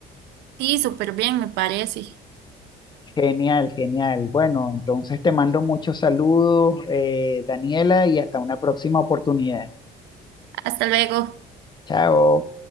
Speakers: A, on the right; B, on the left.
A: Sí, súper bien, me parece.
B: Genial, genial. Bueno, entonces te mando muchos saludos, eh, Daniela, y hasta una próxima oportunidad.
A: Hasta luego.
B: Chao.